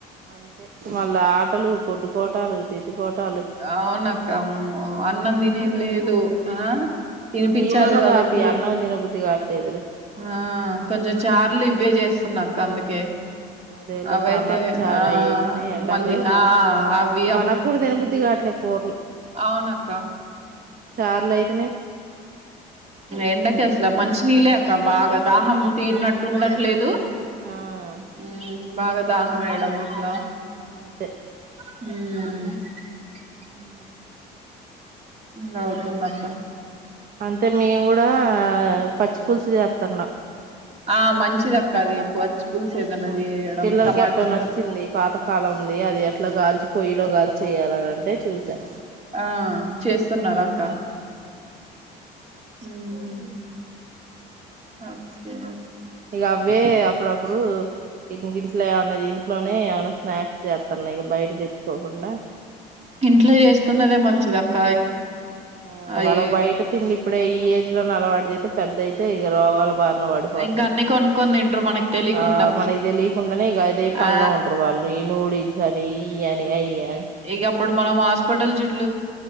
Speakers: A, on the right; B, on the right.
A: అంతే మళ్ళా ఆటలు కొట్టుకోటాలు తిట్టుకోటాలు
B: అవున అక్క ఆమో అన్నం తినేది లేదు ఆ తినిపించాలి
A: నీళ్ళన్నా
B: వాళ్ళకి
A: తాపి అన్నం తినబుద్ధి కావట్లేదులే
B: ఆ కొంచెం చార్లు ఇవ్వే చేస్తున్నా అక్క అందుకే
A: అదే లే
B: అవైతే
A: టమాటర్ చారా
B: ఆ
A: అయితేనే ఎండక
B: మళ్ళీ
A: మ
B: ఆ అవి
A: మనకు కూడా దేను బుద్ధిగాట్ అట్లే కుర్లు
B: అవును అక్క
A: చార్లయితే
B: ఎండక అసలే మంచిషినీళ్ళ ఇంకా బాగా దాహం తీరినట్టు ఉండట్లేదు
A: ఆ
B: ఉ బాగా దాహమేయడం ఇట్లా
A: అంతే
B: ఉమ్
A: ఉమ్
B: ఇంగ అవుతుందక్క
A: అంటే మేము గూడా పచ్చి పులుసు జేత్తున్నా
B: ఆ మంచిదక్క అది పచ్చి పులుసు ఏదన్నా
A: ఉమ్
B: చేయడం
A: పిల్లలకి
B: టమాట
A: అట్ట
B: చారు
A: నచ్చింది పాతకాలంది అది ఎట్లా గాల్చి పొయ్యిలో గాలిచి చేయాలనంటే చూసాం
B: ఆ చేస్తున్నారా అక్క ఉమ్ ఓకే
A: ఇగ అవ్వే ఇప్పుడప్పుడు ఇం ఇంట్లో ఏవన్నా ఇంట్లోనే ఏవన్నా స్నాక్స్ జేత్తన్నా ఇగ బయట తెచ్చుకోకుండా
B: ఇంట్లో జేసుకున్నదే మంచిది అక్క
A: ఆ
B: అవి
A: వాళ్ళకి బయట తిండి ఇప్పుడే ఈ ఏజ్ లోనే అలవాటు జేతే పెద్దయితే ఇగ రోగాల బార పడిపోతారు
B: ఇంకా అన్ని కొనుక్కొని తింటారు మనకి తెలియకుండా
A: ఆ మనకి దెలియకుండానే ఇగ అదే పనిలో
B: ఆ
A: ఉంటారు వాళ్ళు ఈ నూడిల్స్ అని ఈయ్యని అయ్యని
B: ఇగ అప్పుడు మనం హాస్పిటల్ చు